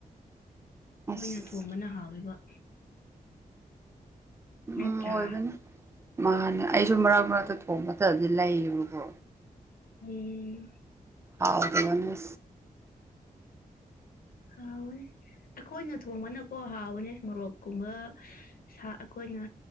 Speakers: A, on the left; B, on the right.
A: ꯀꯣꯏꯅ
B: ꯑꯁ
A: ꯊꯣꯡꯕꯅ ꯍꯥꯎꯋꯦꯕ ꯅꯠꯇ꯭ꯔꯥ
B: ꯎꯝ ꯑꯣꯏꯕꯅꯤ ꯃꯥꯅꯦ ꯑꯩꯁꯨ ꯃꯔꯛ ꯃꯔꯛꯇ ꯊꯣꯡꯕ ꯃꯇꯝꯗꯤ ꯂꯩꯌꯦꯕꯀꯣ
A: ꯎꯝ
B: ꯍꯥꯎꯇꯕꯅꯦ
A: ꯍꯥꯎꯋꯅꯤ ꯑꯩꯈꯣꯏꯅ ꯊꯣꯡꯕꯅꯀꯣ ꯍꯥꯎꯕꯅꯦ ꯃꯣꯔꯣꯛꯀꯨꯝꯕ ꯑꯩꯈꯣꯏꯅ